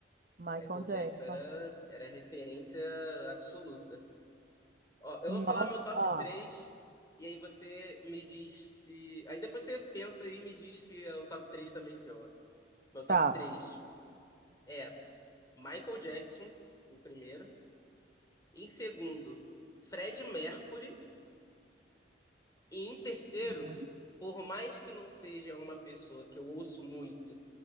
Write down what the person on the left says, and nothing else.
Michael
Jackson era, era referência absoluta. Ó, eu
vou falar meu top
3 e aí você me diz se. Aí depois você pensa aí e me diz se é o top 3 também seu. ó. Meu top
3 é Michael Jackson, em primeiro. Em segundo, Fred Mercury. E em terceiro,
por mais que não seja uma pessoa que eu ouço muito